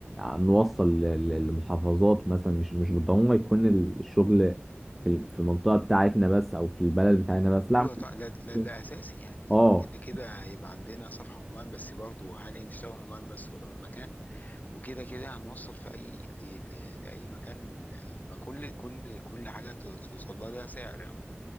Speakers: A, in the centre; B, on the left.
A: نوصل ل- ل- لمحافظات مثلا مش مش بالضروره يكون الشغل في في المنطقه بتاعتنا بس او في البلد بتاعتنا بس لا
B: ايوه طبعا ده ده-
A: ممكن
B: ده اساسي يعني
A: اه
B: كده كده هيبقى عندنا صفحة اونلاين بس برضو هل نشتغل اونلاين بس ولا من مكان وكده كده هنوصل في اي ل... ل... لاي مكان ما كل كل كل حاجة توصل لها ليها سعر يعني